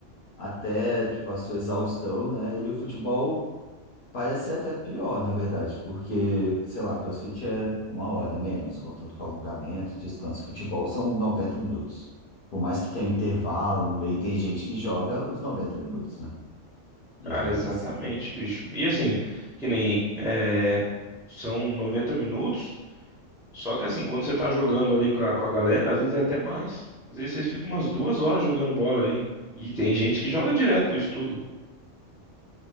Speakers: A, on the left (about 55°); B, in the centre.
A: até tipo, a sua exaustão, né? E o futebol parece ser até pior, na verdade, porque, sei lá, CrossFit é uma hora menos, contando com alongamento, descanso. Futebol são 90 minutos. Por mais que tenha um intervalo no meio, tem gente que joga os 90 minutos, né? E
B: Cara,
A: é
B: exatamente,
A: bizarro.
B: bicho. E assim, que nem, é, são 90 minutos. Só que assim, quando você tá jogando ali com a, com a galera, às vezes é até mais. Às vezes vocês ficam umas duas horas jogando bola ali. E tem gente que joga direto isso tudo.